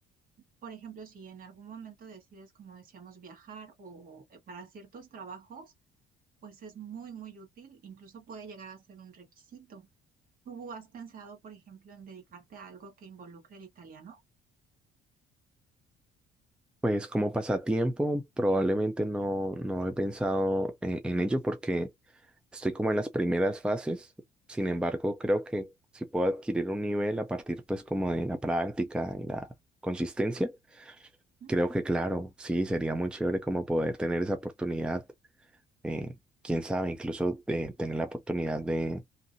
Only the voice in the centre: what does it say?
Pues como pasatiempo, probablemente no, no he pensado en, en ello porque estoy como en las primeras fases. Sin embargo, creo que si puedo adquirir un nivel a partir pues como de la práctica y la consistencia,
creo que claro, sí, sería muy chévere como poder tener esa oportunidad. eh, quién sabe, incluso de tener la oportunidad de